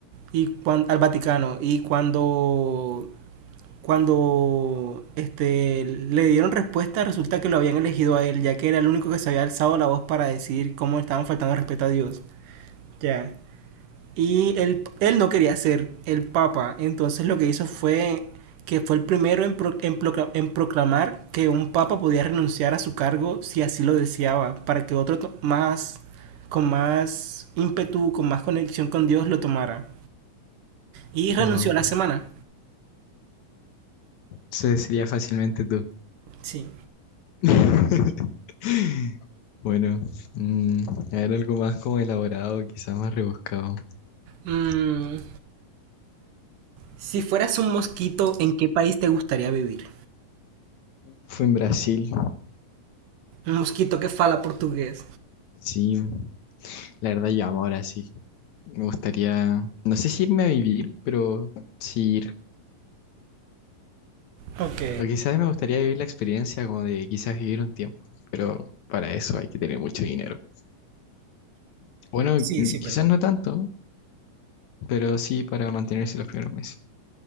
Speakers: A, on the right; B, on the left.
A: y cuan- al Vaticano y cuando cuando este le dieron respuesta resulta que lo habían elegido a él ya que era el único que se había alzado la voz para decir cómo estaban faltando el respeto a Dios ya y él, él no quería ser el papa, entonces lo que hizo fue que fue el primero en, pro- en procla- en proclamar que un papa podía renunciar a su cargo si así lo deseaba, para que otro to- más, con más ímpetu, con más conexión con Dios lo tomara. Y renunció
B: Wow.
A: a la semana.
B: Ese sería fácilmente tú.
A: Sí.
B: <laughs> Bueno, mm, a ver algo más como elaborado, quizás más rebuscado.
A: Mm, si fueras un mosquito, ¿en qué país te gustaría vivir?
B: Fue en Brasil.
A: Un mosquito que fala portugués.
B: Sí, la verdad yo amo Brasil. Me gustaría, no sé si irme a vivir, pero sí ir.
A: Ok.
B: O quizás me gustaría vivir la experiencia como de quizás vivir un tiempo, pero para eso hay que tener mucho dinero. Bueno,
A: Sí,
B: mm,
A: sí, verdad.
B: quizás no tanto, pero sí para mantenerse los primeros meses.